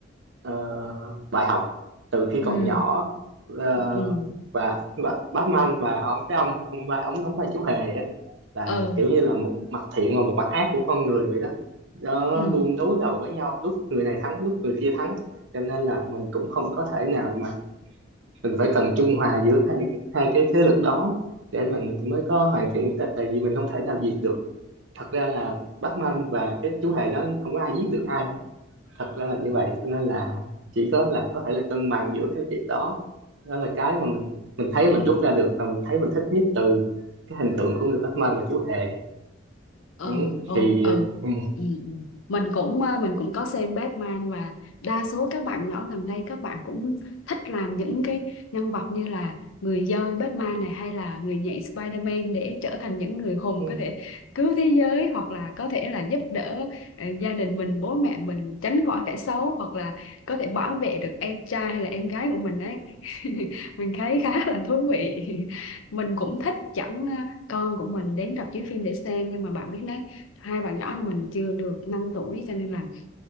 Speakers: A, on the right; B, on the left.
A: ờ, bài học từ khi
B: ừ.
A: còn nhỏ Ờ,
B: Ừ.
A: và, và Batman và ông cái ông ông vai- ông đóng vai chú hề là
B: ừ
A: kiểu như là một mặt thiện và một mặt ác của con người vậy đó nó
B: ừ.
A: luôn đối đầu với nhau lúc người này thắng lúc người kia thắng cho nên là mình cũng không có thể nào mà mình phải cần trung hòa giữa hai cái hai cái thế lực đó để mà mình mới có hoàn thiện tại tại vì mình không thể nào diệt được thật ra là Batman và cái chú hề đó không có ai giết được ai thật ra là như vậy cho nên là chỉ có là có thể là cân bằng giữa cái việc đó đó là cái mà mình mình thấy mình rút ra được và mình thấy mình thích nhất từ cái hình tượng của người Batman và chú hề
B: ừ
A: ừ,
B: ô
A: thì
B: ừ,
A: ừ,
B: ừ ừ. mình cũng ờ, mình cũng có xem Batman và đa số các bạn nhỏ gần đây các bạn cũng thích làm những cái nhân vật như là người dơi Batman này hay là người nhện Spider-Man để trở thành những người hùng
A: ừ,
B: có thể cứu thế giới hoặc là có thể là giúp đỡ ờ, gia đình mình bố mẹ mình tránh khỏi kẻ xấu hoặc là có thể bảo vệ được em trai hay là em gái của mình ấy <laughs> mình thấy khá là thú vị <laughs> mình cũng thích chẳng con của mình đến rạp chiếu phim để xem nhưng mà bạn biết đấy hai bạn nhỏ của mình chưa được 5 tuổi cho nên là